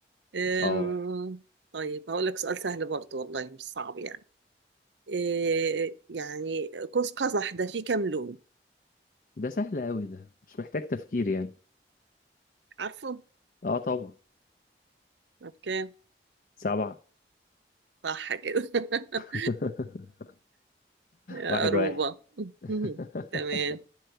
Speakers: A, on the right (about 85°); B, on the left (about 50°).
A: أم،
B: اه
A: طيب هقول لك سؤال سهل برضه والله مش صعب يعني إيه يعني قوس قزح ده فيه كام لون
B: ده سهل قوي ده مش محتاج تفكير يعني
A: عارفه
B: اه طبعا
A: اوكي
B: سبعة
A: صح كده <laughs>
B: <laughs>
A: يا
B: واحد
A: روبا
B: واحد
A: <laughs>
B: <laughs>
A: تمام